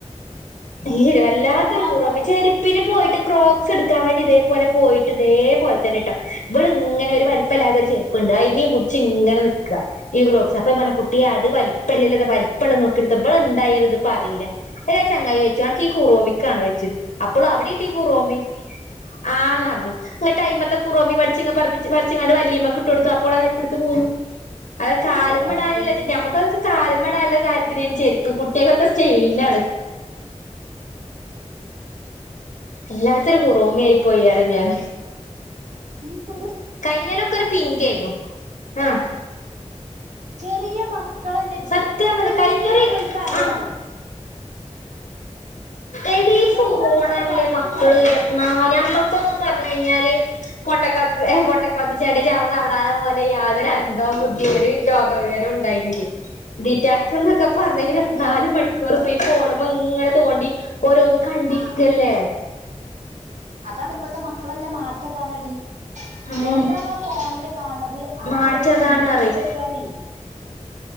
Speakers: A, on the left; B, on the right.
A: നീയൊരു വല്ലാത്തൊരു
B: ഞാൻ
A: കുറോമി
B: പറയും
A: ചെരിപ്പിന് പോയിട്ട് ക്രോ ക്സ് എടുക്കാൻ വേണ്ടി ഇതേപല പോയിട്ട് ഇതേപലെ തന്നെട്ടോ ഇവള് ഇങ്ങനെ ഒരു വല് പ്പല്ലാത്തരു ചെരുപ്പുണ്ട് അയിനെയും പുടിച്ച് ഇങ്ങനെ നിക്ക ഈ ക്രോക്സ് അപ്പ <unintelligible> കുട്ടിയെ അ ത് വലിപ്പല്ലല്ലോ ഇത് വലിപ്പള്ള നോക്കി എടുത്തോ ഇവള് എന്തായാലും ഇത് പറയില്ല, <unintelligible> ചങ്ങായി ചോയിച്ച ഈ കുറോമിക്കാണോ ചോയിച്ചു, അപ്പോളും അവിടെ ഇണ്ട് ഈ കുറോമി, ആഹ് ന്ന് പറഞ്ഞു. <unintelligible> ടൈമത്തെ കുറോമി പഠിച്ച് ഇങ്ങ് പറപ്പിച്ച് <unintelligible> ഇങ്ങട് <unintelligible> ഇട്ട് കൊടുത്തു, അപ്പോളത് എടുത്ത് പോന്നു. അത് കാല്മ്മടാനുള്ള
B: എന്റെ റബ്ബേ
A: ഞമ്മക്കൊക്കെ കാലുമ്മടാനുള്ള ഒരു കാര്യ <unintelligible> ചെരുപ്പ് കുട്ടികൾക്കൊക്കെ സ്റ്റേയിന ആണ്. ഇല്ലാത്തോരു കുറോമിയായി പോയി അറിഞ്ഞാൽ.
B: <unintelligible>
A: കഴിഞ്ഞേലൊക്കെ ഒരു പിങ്കേന്നു ആഹ്
B: ചെറിയ മക്കളല്ലറ്റാ
A: സത്യാണത്
B: എല്ലാതും
A: കഴിഞ്ഞൊരു
B: ഇവൽക്കറിയ
A: ആഹ്
B: പറയും.
A: എടി ഈ
B: എവിടുന്നാ
A: ഫോണല്ലേ
B: ഇതൊക്കെ പഠിച്ചു
A: മക്കള്
B: പോരലാവോ
A: <unintelligible> ഞമ്മക്കൊക്കെ പറഞ്ഞ് കഴിഞ്ഞാല് കൊട്ടക്കൊത്ത് എഹ് കൊട്ടക്കൊത്ത് ചാടിയ <unintelligible> അവിടുന്ന് അവിട <unintelligible> പോലെ യാതൊരു അന്തോ കുന്തോ <unintelligible> ലോക വിവരം ഉണ്ടായിരുന്നില്ലേ ഡിറ്റാക്ക്ന്നൊക്കെ പറഞ്ഞ് <unintelligible>
B: ഞാൻ-
A: നാല് മണിക്കൂറ് ഇപ്പ ഈ ഫോണുമ്മേ ഇങ്ങനെ തോണ്ടി ഓരോന്ന് കണ്ടിരിക്കല്ലേ.
B: ആ, അതാണ് ഇപ്പത്തെ മക്കളെല്ലാം മാറ്റതാണടി.
A: ഉം
B: എന്താണോ ഫോണില് കാണണത് അത്
A: മാറ്റതാണ്
B: ഇബല് കണ്ട്
A: പറയും
B: പിടിച്ചെട്ക്കാണേ.